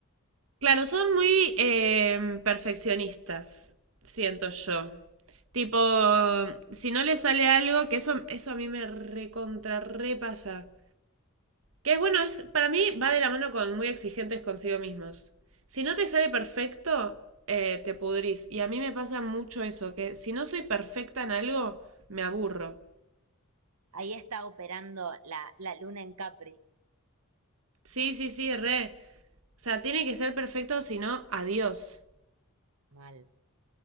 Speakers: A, on the right; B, on the right.
A: Claro, son muy em, perfeccionistas, siento yo. Tipo, si no le sale algo, que eso, eso a mí me recontra repasa. Que es bueno, es, para mí va de la mano con muy exigentes consigo mismos. Si no te sale perfecto, eh, te pudrís. Y a mí me pasa mucho eso, que si no soy perfecta en algo, me aburro.
B: Ahí está operando la, la luna en Capri.
A: Sí, sí, sí, re. O sea, tiene que ser perfecto, si no, adiós.
B: Mal.